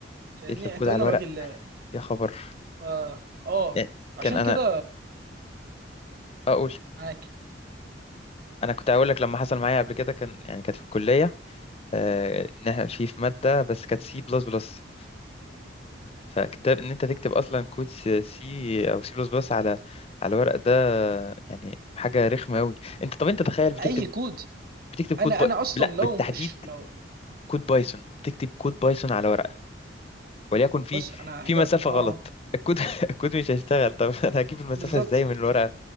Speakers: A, on the right; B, on the left.
A: فاهمني
B: يطلب كود
A: اعتقونا
B: على الورق
A: لوجه الله
B: يا خبر
A: اه اه
B: يعني
A: عشان
B: كان انا
A: كده
B: اقول
A: معاك
B: انا كنت هقول لك لما حصل معايا قبل كده كان يعني كانت في الكليه آه، انها في في ماده بس كانت سي بلس بلس فكتاب ان انت تكتب اصلا كود سي او سي بلس بلس على على ورق ده يعني حاجه رخمه قوي انت طب انت تخيل بتكتب
A: اي كود
B: بتكتب كود
A: انا
B: ب...
A: انا اصلا
B: لا
A: لو
B: بالتحديد
A: مش لو
B: كود بايثون تكتب كود بايثون على ورقة وليكن في
A: بص انا
B: في
A: هبقى
B: مسافة
A: اه
B: غلط الكود <laughs> الكود مش هيشتغل طب <laughs> انا هجيب المسافة
A: بالظبط
B: ازاي من الورقة